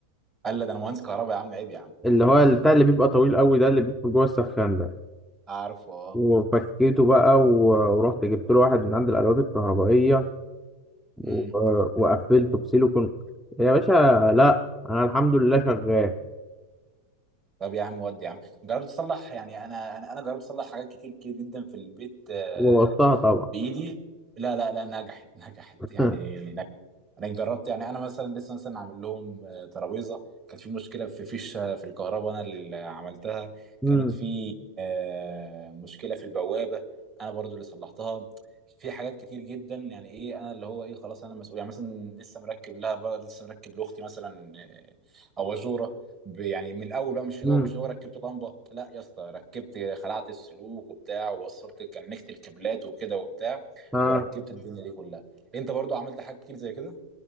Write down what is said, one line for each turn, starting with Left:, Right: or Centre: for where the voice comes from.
Right: قال لا ده أنا مهندس كهرباء يا عم عيب يا عم
Centre: اللي هو بتاع اللي بيبقى طويل قوي ده اللي بيبقى جوه السخان ده
Right: عارفه اه
Centre: وفكيته بقى و... ورحت جبت له واحد من عند الادوات الكهربائيه و...
Right: امم
Centre: وقفلته بسيليكون يا باشا لا انا الحمد لله شغال
Right: طب يا عم ودي يا عم جربت تصلح يعني أنا أنا أنا جربت أصلح حاجات كتير كده جدا في البيت آه،
Centre: ووطاها طبعا
Right: بإيدي لا لا لا نجحت <laughs> نجحت
Centre: <laughs>
Right: يعني انا جربت يعني انا مثلا لسه مثلا عامل لهم آه، ترابيزه كانت في مشكله في فيشه في الكهرباء انا اللي عملتها
Centre: امم
Right: كانت في آه، مشكله في البوابه انا برضو اللي صلحتها في حاجات كتير جدا يعني ايه انا اللي هو ايه خلاص انا مسؤول يعني مثلا لسه مركب لها بقى لسه مركب لاختي مثلا آه، اباجوره ب- يعني من الاول بقى مش اللي
Centre: امم
Right: هو مش هو ركبت لمبه لا يا اسطى ركبت خلعت السلوك وبتاع ووصلت كنكت الكابلات وكده وبتاع
Centre: ها
Right: وركبت الدنيا دي كلها انت برضو عملت حاجات كتير زي كده